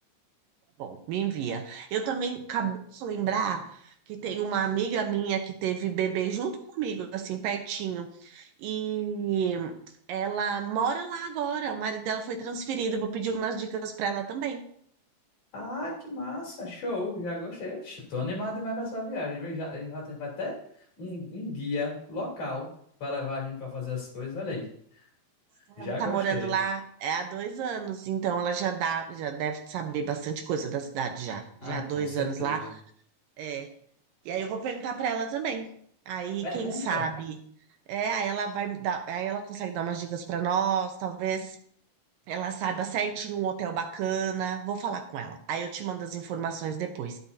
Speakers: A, on the right; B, on the left.
A: Bom, me envia. Eu também acabei de lembrar que tem uma amiga minha que teve bebê junto comigo, assim, pertinho. E ela mora lá agora. O marido dela foi transferido. Vou pedir umas dicas para ela também.
B: Ai, que massa, show, já gostei. Ixi, Tô animado demais pra essa viagem, viu? Já, já teve até um, um guia local pra levar a gente pra fazer as coisas. Olha aí,
A: Ela
B: já
A: tá
B: gostei.
A: morando lá é, há dois anos, então ela já dá, já deve saber bastante coisa da cidade já.
B: Ah,
A: Já há dois
B: com certeza.
A: anos lá. É. E aí eu vou perguntar para ela também. Aí,
B: Pergunta?
A: quem sabe? É, aí ela vai dar, aí ela consegue dar umas dicas para nós, talvez Ela saiba certinho um hotel bacana. Vou falar com ela. Aí eu te mando as informações depois.